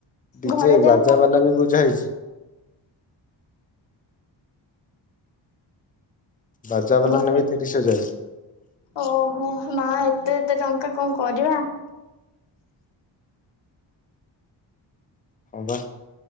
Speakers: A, on the left; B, on the left.
A: ଡିଜେ
B: ଘରେ ଦେହ
A: ବାଜା
B: ପା
A: ବାଲା ବି ବୁଝା ହେଇଚି। ବାଜା ବାଲା
B: ଘରେ
A: ନେବେ ତିରିଶ ହଜାର।
B: ଓହୋ ମା ଏତେ ଏତେ ଟଙ୍କା କଣ କରିବା?
A: ହ ପା।